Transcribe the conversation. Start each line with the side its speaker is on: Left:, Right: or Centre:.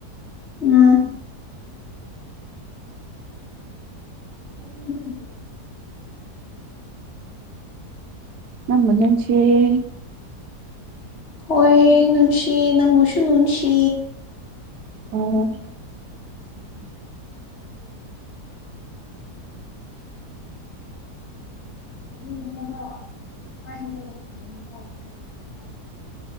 Left: ꯎꯝ <inaudible>
Right: ꯅꯪꯕꯨ ꯅꯨꯡꯁꯤꯌꯦ
Left: ꯍꯣꯏ ꯅꯨꯡꯁꯤ ꯅꯪꯕꯨꯁꯨꯨ ꯅꯨꯡꯁꯤ
Right: ꯑꯣ
Left: <inaudible> <inaudible>